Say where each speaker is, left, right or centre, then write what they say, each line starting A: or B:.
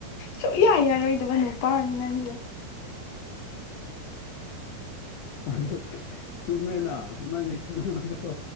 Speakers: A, on the left; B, on the left.
A: ꯁꯨꯛꯌꯥ ꯌꯥꯔꯣꯏꯗꯕ ꯅꯨꯄꯥꯅꯤ ꯅꯪꯁꯦ
B: <unintelligible> ꯆꯨꯝꯃꯦꯅ ꯅꯪꯒꯤ ꯅꯪꯅ ꯄꯨꯊꯣ